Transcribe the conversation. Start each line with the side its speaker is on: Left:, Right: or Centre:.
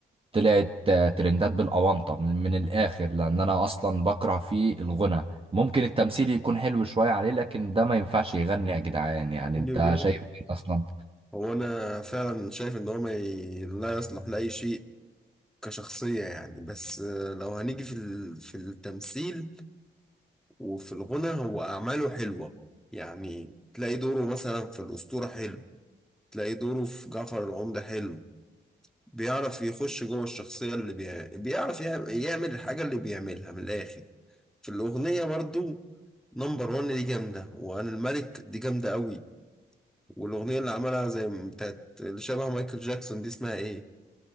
Right: طلعت آه، ترندات بالاونطه من, من الاخر لان انا اصلا بكره فيه الغنى ممكن التمثيل يكون حلو شويه عليه لكن ده ما ينفعش يغني يا جدعان يعني
Centre: بيني
Right: انت
Centre: وبينك
Right: شايف ايه اصلا
Centre: هو انا فعلا شايف ان هو ما ي... لا يصلح لاي شيء كشخصيه يعني بس آه، لو هنيجي في ال... في التمثيل وفي الغنى هو أعماله حلوة يعني تلاقي دوره مثلا في الأسطورة حلو تلاقي دوره في جعفر العمدة حلو بيعرف يخش جوه الشخصية اللي بي... بيعرف يعم- يعمل الحاجة اللي بيعملها من الآخر في الأغنية برضو نمبر وان دي جامدة وأنا الملك دي جامدة قوي والأغنية اللي عملها زي م- بتاعت اللي شبه مايكل جاكسون دي اسمها إيه؟